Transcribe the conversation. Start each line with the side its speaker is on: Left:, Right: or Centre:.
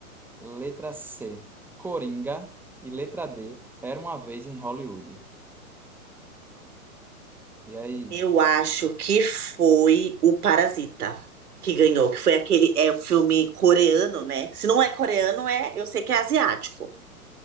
Centre: Letra C, Coringa. E letra D, Era uma vez em Hollywood. E aí?
Right: Eu acho que foi o Parasita que ganhou, que foi aquele é o filme coreano, né? Se não é coreano, é, eu sei que é asiático.